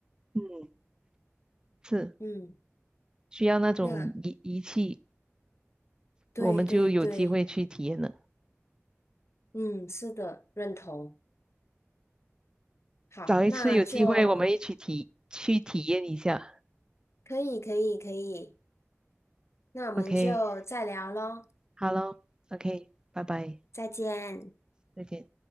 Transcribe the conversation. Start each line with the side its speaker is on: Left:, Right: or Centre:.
Right: 嗯是
Left: 嗯，
Right: 需要那种仪仪器。
Left: 那对对对，
Right: 我们就有机会去体验了。
Left: 嗯，是的，认同。好，
Right: 找一次有机会，
Left: 那就
Right: 我们一起体去体验一下。
Left: 可以可以可以，那我们就再聊喽，
Right: OK，好喽，OK，拜拜，
Left: 再见。
Right: 再见。